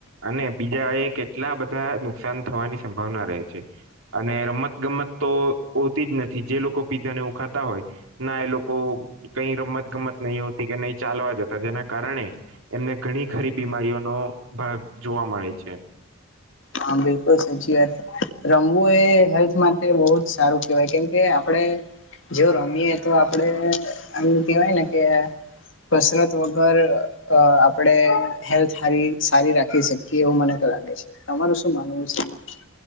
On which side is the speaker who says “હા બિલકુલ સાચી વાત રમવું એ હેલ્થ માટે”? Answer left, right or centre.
Left